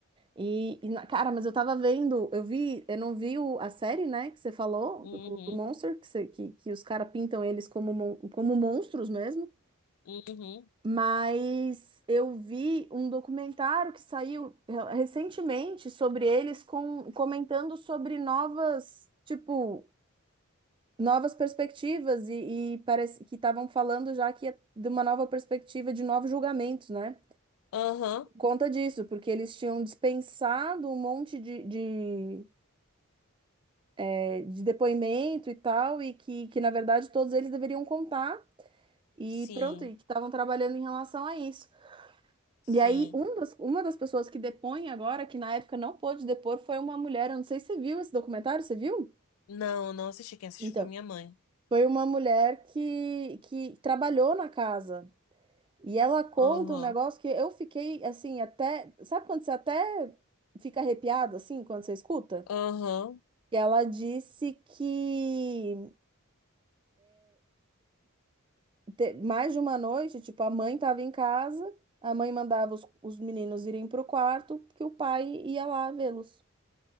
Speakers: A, on the right; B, on the left.
A: E, e na- cara, mas eu tava vendo, eu vi, eu não vi o- a série, né, que você falou,
B: Uhum,
A: do, do Monster, que, você- que, que os caras pintam eles como, mon- como monstros mesmo.
B: uhum,
A: Mas eu vi um documentário que saiu re- recentemente sobre eles com, comentando sobre novas, tipo, novas perspectivas e, e parece que estavam falando já que é de uma nova perspectiva de novos julgamentos, né?
B: aham,
A: Conta disso, porque eles tinham dispensado um monte de, de é, de depoimento e tal, e que, que na verdade todos eles deveriam contar, e
B: sim,
A: pronto, e que estavam trabalhando em relação a isso.
B: sim.
A: E aí, um das, uma das pessoas que depõe agora, que na época não pôde depor, foi uma mulher. Eu não sei se você viu esse documentário, você viu?
B: Não, não assisti. Quem assistiu
A: Então,
B: foi minha mãe.
A: foi uma mulher que, que trabalhou na casa. E ela conta
B: Aham,
A: um negócio que eu fiquei assim, até. Sabe quando você até fica arrepiado assim, quando você escuta?
B: aham,
A: E ela disse que te- mais de uma noite, tipo, a mãe estava em casa, a mãe mandava os, os meninos irem para o quarto, que o pai ia lá vê-los.